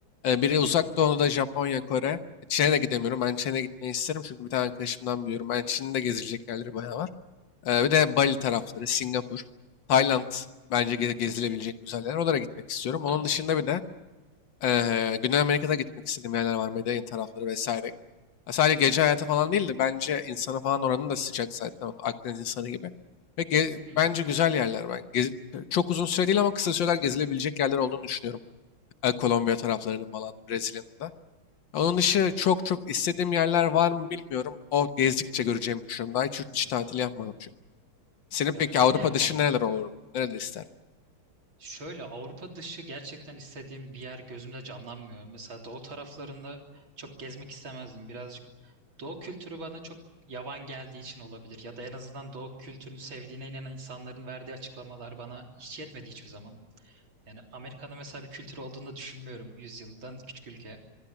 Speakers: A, on the left (about 65°); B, on the right (about 70°).
A: E, biri
B: Hı hı.
A: uzak doğuda Japonya, Kore. Çin'e de gidemiyorum. Ben Çin'e gitmeyi isterim çünkü bir tane arkadaşımdan biliyorum. Ben Çin'de gezilecek yerleri bayağı var. Ee, bir
B: Hı
A: de
B: hı.
A: Bali tarafları, Singapur, Tayland bence ge- gezilebilecek güzel yerler. Oralara gitmek istiyorum. Onun
B: Evet.
A: dışında bir de eee, Güney Amerika'da gitmek istediğim yerler var. Medellin tarafları vesaire. Ya Sadece gece hayatı falan değil de bence insanı falan oranın da sıcak zaten. onun Akdeniz insanı gibi. Ve ge-
B: Hı.
A: bence güzel yerler. Ben gez- çok uzun süre değil ama kısa süreler gezilebilecek yerler olduğunu düşünüyorum. Ee, Kolombiya taraflarının falan, da, Brezilya'nın da. Onun dışı
B: E-
A: çok çok istediğim yerler var mı bilmiyorum. O gezdikçe göreceğimi düşünüyorum. Daha hiç yurt
B: Hı
A: dışı
B: hı.
A: tatili yapmadım çünkü. Senin
B: Ya
A: peki
B: ben
A: Avrupa
B: de yapmadım.
A: dışı nereler olur? Nereleri isterdin?
B: Şöyle Avrupa dışı gerçekten istediğim bir yer gözümde canlanmıyor. Mesela doğu taraflarında çok gezmek istemezdim. Birazcık doğu kültürü bana çok yavan geldiği için olabilir. Ya da en azından doğu kültürünü sevdiğine inanan insanların verdiği açıklamalar bana hiç yetmedi hiçbir zaman. Yani Amerika'da mesela bir kültür olduğunu da düşünmüyorum. Yüzyıldan küçük ülke.